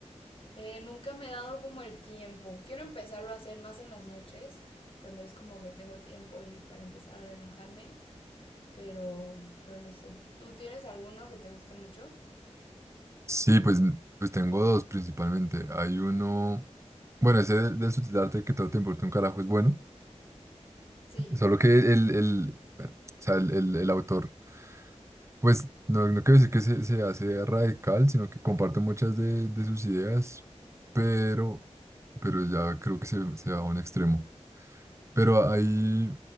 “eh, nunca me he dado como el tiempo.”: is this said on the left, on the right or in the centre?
Left